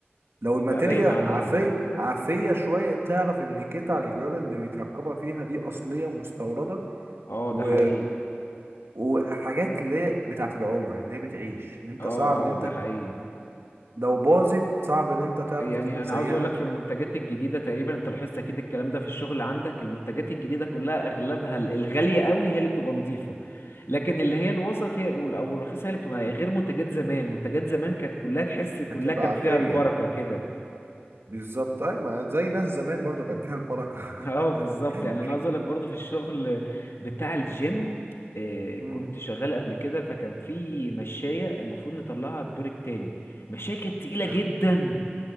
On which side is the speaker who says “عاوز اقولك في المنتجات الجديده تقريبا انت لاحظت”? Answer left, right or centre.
Left